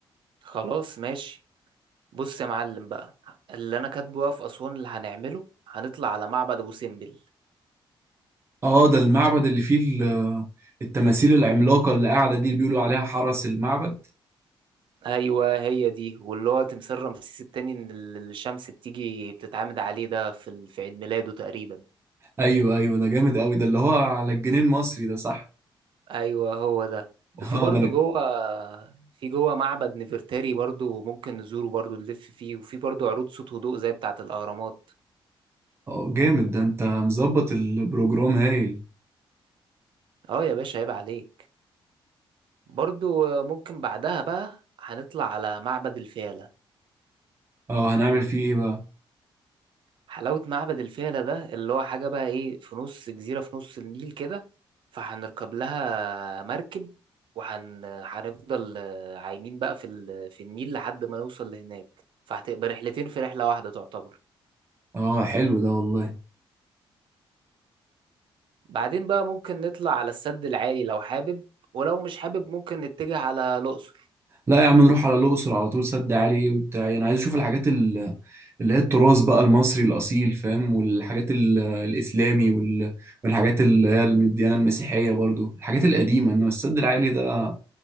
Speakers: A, on the right; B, on the right.
A: خلاص ماشي بص يا معلم بقى اللي انا كاتبه بقى في اسوان اللي هنعمله هنطلع على معبد ابو سمبل
B: اه ده المعبد اللي فيه ال- التماثيل العملاقة اللي قاعدة دي بيقولوا عليها حرس المعبد
A: ايوه هي دي واللي هو تمثال رمسيس التاني ان ال- الشمس بتيجي بتتعامد عليه ده في ال- في عيد ميلاده تقريبا
B: ايوه ايوه ده جامد قوي ده اللي هو على الجنيه المصري ده صح
A: ايوه هو ده
B: <laughs>
A: وفي
B: اه
A: برضه
B: ده أنا-
A: جوه في جوه معبد نفرتاري برضه ممكن نزوره برضه نلف فيه وفي برضه عروض صوت وضوء زي بتاعة الأهرامات
B: اه جامد ده انت مظبط البروجرام هايل
A: اه يا باشا عيب عليك برضه ممكن بعدها بقى هنطلع على معبد الفيلة
B: اه هنعمل فيه ايه بقى
A: حلاوة معبد الفيلة ده اللي هو حاجة بقى ايه في نص جزيرة في نص النيل كده فهنركب لها مركب وهن هنفضل آه، عايمين بقى في ال... في النيل لحد ما نوصل لهناك فهتبقى رحلتين في رحلة واحدة تعتبر
B: اه حلو ده والله
A: بعدين بقى ممكن نطلع على السد العالي لو حابب ولو مش حابب ممكن نتجه على الأقصر
B: لا يا عم نروح على الأقصر على طول سد عالي وبتاع أنا عايز أشوف الحاجات ال- اللي هي التراث بقى المصري الأصيل فاهم والحاجات ال- الإسلامي وال- والحاجات اللي هي الديانة المسيحية برضو الحاجات القديمة إنما السد العالي ده